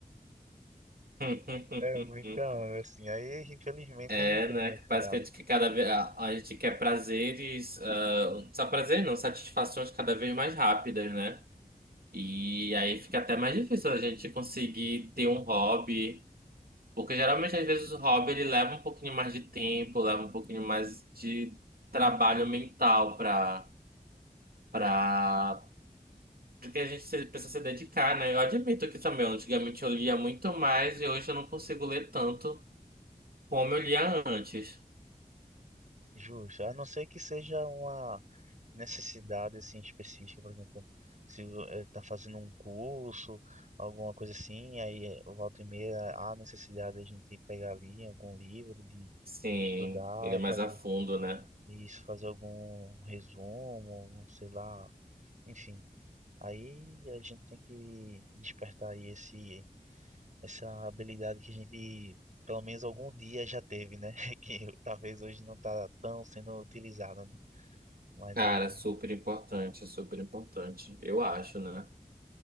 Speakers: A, on the right (about 80°); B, on the right (about 55°).
A: <laughs>
B: É, então, assim, aí infelizmente
A: É,
B: eu não tenho
A: né?
B: esse
A: Que parece
B: hábito.
A: que a gente que cada vez a, a gente quer prazeres, ah, só prazer não, satisfações cada vez mais rápidas, né? E aí fica até mais difícil a gente conseguir ter um hobby, porque geralmente às vezes o hobby ele leva um pouquinho mais de tempo, leva um pouquinho mais de trabalho mental para para porque a gente se- precisa se dedicar, né? Eu admito que também, antigamente eu lia muito mais e hoje eu não consigo ler tanto como eu lia antes.
B: Justo. A não ser que seja uma necessidade assim específica, por exemplo, se está fazendo um curso, alguma coisa assim, aí eh, volta e meia há necessidade de a gente pegar ali algum livro de,
A: Sim,
B: de estudar,
A: ele é mais
B: fazer
A: a fundo, né?
B: Isso, fazer algum resumo, algum, sei lá, enfim. Aí a gente tem que despertar aí esse, essa habilidade que a gente, pelo menos algum dia já teve, né? <laughs> Que talvez hoje não tá tão sendo utilizada, né? Mas
A: Cara,
B: aí tem...
A: super importante, super importante, eu acho, né?